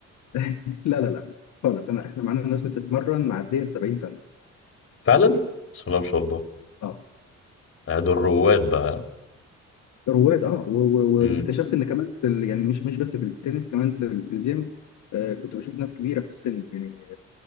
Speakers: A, on the left; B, on the left.
A: <laughs> لا لا لا خالص انا احنا معانا ناس بتتمرن معديه ال 70 سنه
B: فعلا بسم الله ما شاء الله
A: اه
B: آه، دول رواد بقى
A: رواد اه و- و- و-
B: امم
A: واكتشفت ان كمان في ال... يعني مش مش بس في التنس كمان في, ال... في الجيم آه كنت بشوف ناس كبيره في السن يعني